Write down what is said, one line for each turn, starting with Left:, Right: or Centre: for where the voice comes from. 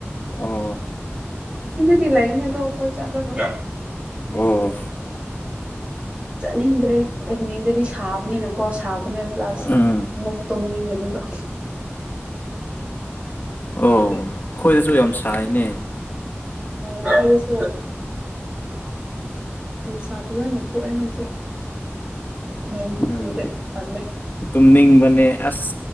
Left: ꯑꯣ
Right: ꯁꯤ ꯂꯩꯒꯅꯤ ꯑꯗꯣ ꯍꯣꯏ ꯆꯠꯂꯥꯔꯣꯏ
Left: ꯑꯣ
Right: ꯆꯠꯅꯤꯡꯗ꯭ꯔꯦ ꯅꯤꯡꯗꯗꯤ ꯁꯥꯕꯅꯤꯅꯀꯣ ꯁꯥꯕꯅꯦ ꯄ꯭ꯂꯁ
Left: ꯎꯝ
Right: ꯑꯃꯨꯛ ꯇꯨꯝꯅꯤꯡꯒꯅꯤꯕ
Left: ꯑꯧ
Right: ꯑꯗꯨꯒꯤ
Left: ꯑꯩꯈꯣꯏꯗꯁꯨ ꯌꯥꯝ ꯁꯥꯏꯅꯦ
Right: <unintelligible> ꯅꯨꯡꯁꯥ ꯐꯖꯟꯅ ꯊꯣꯛꯑꯦ ꯍꯧꯖꯤꯛ ꯅꯣꯡꯁꯨ
Left: ꯎꯝ
Right: ꯆꯨꯗꯦ ꯇꯜꯂꯦ
Left: ꯇꯨꯝꯅꯤꯡꯕꯅꯦ ꯑꯁ